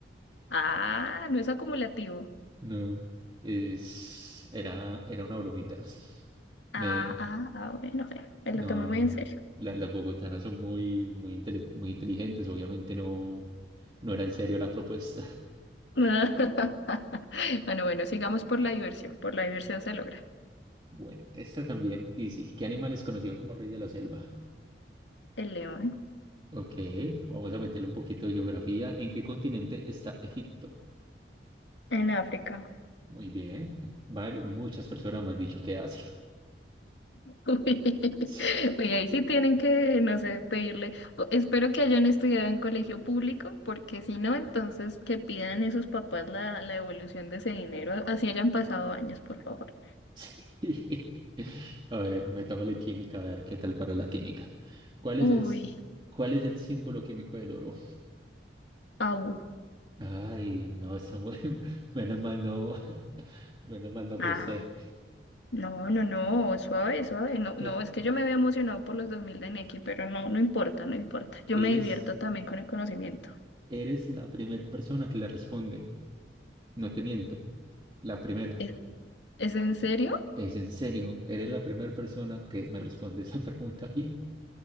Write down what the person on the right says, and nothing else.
No. Es... Era, era una bromita.
Me...
No,
no.
La- las bogotanas son muy, muy, intele- muy inteligentes. Obviamente no, no era en serio la propuesta.
<laughs>
Bueno, esta también. Y sí, ¿qué animal es conocido como rey de la selva?
Ok, vamos a meterle un poquito de geografía. ¿En qué continente está Egipto?
Muy bien. Vari- muchas personas me han dicho que Asia.
Sí.
sí. <laughs> A ver, metámosle química, a ver qué tal para la química. ¿Cuál
es el, s- cuál es el símbolo químico del oro?
Ay, no, está muy... <laughs> Menos mal no, <laughs> menos mal no
posee.
E-
eres,
eres la primera persona que le responde. No te miento, la primera.
Es en serio, eres la primera persona que me responde esa <laughs> pregunta y